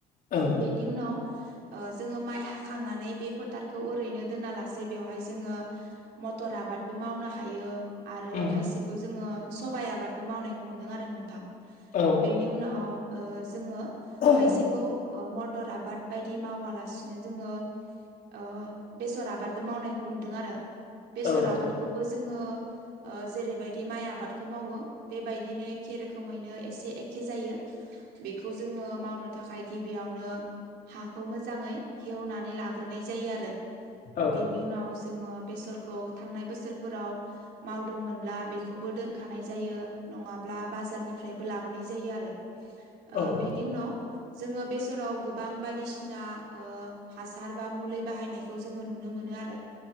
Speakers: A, on the left; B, on the right.
A: औ
B: बेनि उनाव जोंङो माइ हाखांनानै बे फोथारखौ ओरैनो दोना लासे बेवहाय जोंङो मटर आबादबो मावनो हायो आरो आरो
A: उम
B: खायसेखौ जोंङो सबाइ आबादबो मावनायखौ नुदों आरो नोंथां
A: औ
B: बेनि उनाव जोंङो
A: औ
B: खायसेखौ मटर आबाद बायदि मावालासिनो जोंङो अ बेसर आबादबो मावनायखौ नुदों आरो बेसर
A: नोंथां
B: आबादखौबो जोंङो जेरैबायदि माइ आबादखौ मावो बेबायदिनो एखे रोखोमैनो एसे एखे जायो। बेखौ जोंङो मावनो थाखाय गिबियावनो हाखौ मोजांङै हेवनानै लाग्रोनाय जायो आरो
A: औ
B: बेनि उनाव जो जोंङो बेसरखौ थांनाय बोसोरफोराव मावदोंमोनब्ला बेखौबो दोनखानाय जायो। नङाब्ला बाजारनिफ्रायबो लाबोनाय जायो आरो ओ
A: उम
B: बेनि उनाव जोंङो बेसोराव गोबां बायदिसिना ओ हासार हासारबा मुलि बाहायनायखौ जोंङो मोनो आरो